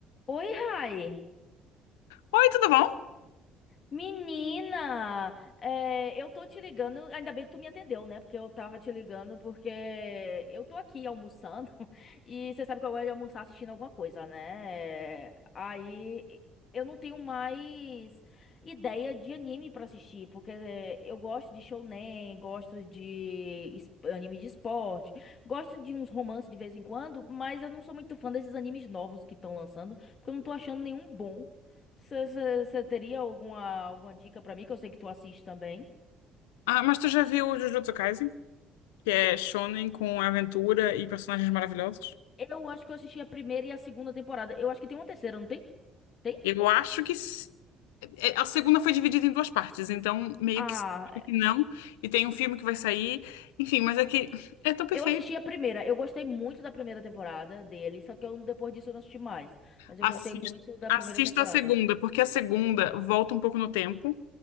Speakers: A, on the left; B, on the left.
A: Oi, Rai.
B: Oi, tudo bom?
A: Menina, é, eu tô te ligando, ainda bem que tu me atendeu, né? Porque eu tava te ligando porque eu tô aqui almoçando <laughs> e você sabe que eu gosto de almoçar assistindo alguma coisa, né? Aí eu não tenho mais ideia de anime pra assistir, porque é, eu gosto de shounen, gosto de es- anime de esporte, gosto de uns romances de vez em quando, mas eu não sou muito fã desses animes novos que estão lançando, porque eu não tô achando nenhum bom. Você teria alguma, alguma dica pra mim, que eu sei que tu assiste também?
B: Ah, mas tu já viu o Jujutsu Kaisen? Que é shonen com aventura e personagens maravilhosos?
A: Eu acho que eu assisti a primeira e a segunda temporada. Eu acho que tem uma terceira, não tem? Tem?
B: Eu acho que s- é, a segunda foi dividida em duas partes, então meio
A: Ah,
B: que sim, meio que não. E tem um filme que vai sair. Enfim, mas é que é tão perfeito.
A: eu assisti a primeira. Eu gostei muito da primeira temporada dele, só que eu, depois disso eu não assisti mais. Mas
B: Assista,
A: eu gostei muito da
B: assista
A: primeira temporada.
B: a segunda, porque a segunda volta um pouco no tempo